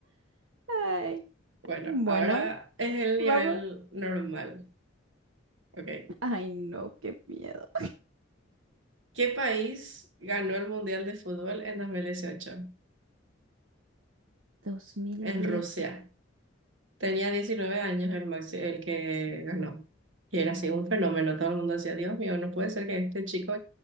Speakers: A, on the right; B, on the right.
A: Ay,
B: Bueno,
A: bueno,
B: ahora es el nivel
A: vamos.
B: normal. Ok.
A: Ay, no, qué miedo.
B: ¿Qué país ganó el Mundial de Fútbol en 2018?
A: dos mil
B: En
A: diez
B: Rusia. Tenía 19 años el, maxi- el que ganó. Y era así un fenómeno. Todo el mundo decía, Dios mío, no puede ser que este chico